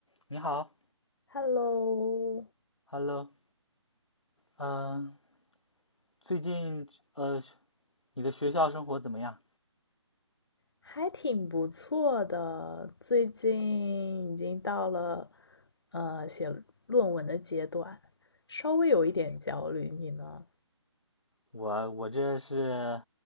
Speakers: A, on the left; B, on the left.
A: 你好
B: Hello，
A: ，Hello，嗯，最近呃，你的学校生活怎么样？
B: 还挺不错的，最近已经到了呃写论文的阶段，稍微有一点焦虑。你呢？
A: 我我这是，